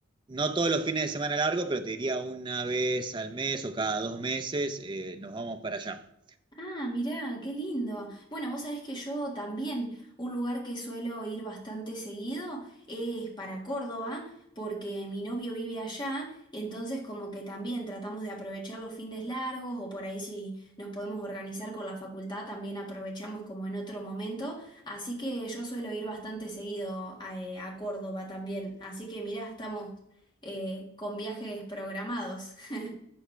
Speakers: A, on the right; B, on the left.
A: no todos los fines de semana largo, pero te diría una vez al mes o cada dos meses eh, nos vamos para allá.
B: Ah, mirá, qué lindo. Bueno, vos sabés que yo también, un lugar que suelo ir bastante seguido es para Córdoba, porque mi novio vive allá, entonces como que también tratamos de aprovechar los fines largos o por ahí si nos podemos organizar con la facultad, también aprovechamos como en otro momento. Así que yo suelo ir bastante seguido a, eh, a Córdoba también. Así que mirá, estamos eh, con viajes programados. <laughs>